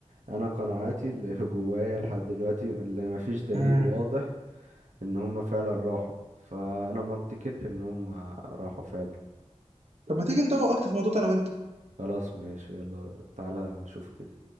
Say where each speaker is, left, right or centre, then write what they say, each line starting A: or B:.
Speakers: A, on the right; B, on the right.
A: انا قناعاتي اللي <laughs> جوايا لحد دلوقتي اللي ما فيش دليل
B: امم
A: واضح ان هما فعلا راحوا فانا ما افتكرش ان هما راحوا فعلا
B: طب ما تيجي ندور اكتر في الموضوع ده انا وانت
A: خلاص ماشي يلا تعالى نشوف كده